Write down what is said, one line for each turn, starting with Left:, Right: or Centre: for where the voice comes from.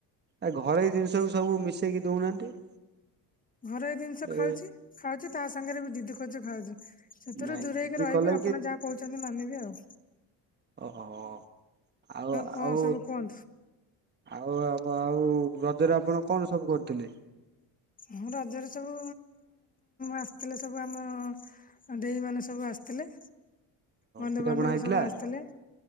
Right: ଏ ଘରୋଇ ଜିନିଷକୁ ସବୁ ମିଶେଇକି ଦଉନାହାନ୍ତି।
Left: ଘରୋଇ ଜିନିଷ ଖାଉଛି
Right: ଏ
Left: ଖାଉଛି ତା ସାଙ୍ଗରେ ବି ଜିଦି ଖାଉଛୁ ସେଥିରୁ
Right: ନାଇଁ
Left: ଦୂରେଇକି
Right: ଜିଦି
Left: ରହିବି
Right: କଲେ
Left: ଆପଣ ଯାହା କହୁଛନ୍ତି ମାନିବି ଆଉ।
Right: ଓ ହୋ ଆଉ
Left: କଣ
Right: ଆଉ।
Left: ସବୁ କୁହନ୍ତୁ
Right: ଆଉ ଆଉ ରଜରେ ଆପଣ କଣ ସବୁ କରିଥିଲେ?
Left: ହ ରଜରେ ସବୁ ଆସିଥିଲେ ସବୁ ଆମ ଆଉ ଦେଇ ମାନେ ସବୁ ଆସିଥିଲେ। ବନ୍ଧୁବାନ୍ଧବ
Right: ପିଠାପଣା ହେଇଥିଲା
Left: ସବୁ ଆସିଥିଲେ